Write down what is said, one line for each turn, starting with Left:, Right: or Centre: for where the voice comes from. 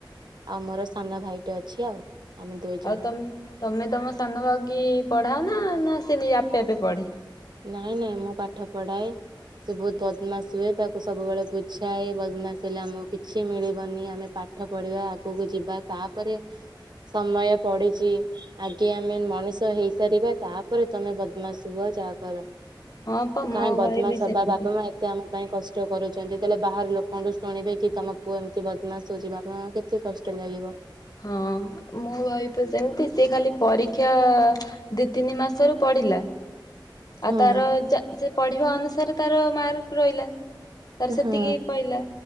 Right: ଆଉ ମୋର ସାନ ଭାଇ ଟା ଅଛି ଆଉ। ଆମେ ଦୁଇ ଜଣ
Left: ଆଉ ତମେ ତମେ ତମ ସାନ ଭାଗି ପଢାଅ ନା ନା ସେ ନିଜେ ଆପେ ଆପେ ପଢେ?
Right: ନାଇଁ ନାଇଁ ମୁଁ ପାଠ ପଢାଏ। ସେ ବହୁତ ବଦମାସ ହୁଏ ତାକୁ ସବୁବେଳେ ବୁଝାଏ ବଦମାସ ହେଲେ ଆମକୁ କିଛି ମିଳିବନି ଆମେ ପାଠ ପଢିବା ଆଗକୁ ଯିବା। ତା ପରେ ସମୟ ପଡିଛି ଆଗେ ଆମେ ମଣିଷ ହେଇସାରିବା ତାପରେ ତମେ ବଦମାସ ହୁଅ ଯାହା କର।
Left: ହଁ ପା
Right: କାହିଁ
Left: ମୋ
Right: ବଦମାସ
Left: ଭାଇ ବି
Right: ହେ
Left: ସେମିତି।
Right: ବା ବାପା ମା ଏତେ ଆମ ପାଇଁ କ କଷ୍ଟ କରୁଛନ୍ତି ତାହେଲେ ବାହାର ଲୋକଙ୍କଠୁ ଶୁଣିବେ କି ତମ ପୁଅ ଏମିତି ବଦମାସ ହଉଛି ବାପା ମାଆକୁ କେତେ କଷ୍ଟ ଲାଗିବ।
Left: ହଁ ମୁଁ ଭାଇ ପା ସେମିତି ସିଏ ଖାଲି ପରୀକ୍ଷା ଦୁଇ ତିନି ମାସରୁ ପଡ଼ିଲା ଆଉ
Right: ହଁ
Left: ତାର ସେ ପଢିବା ଅନୁସାରେ ତାର ମାର୍କ ରହିଲା। ତାର ସେତିକି
Right: ହଁ
Left: ପାଇଲା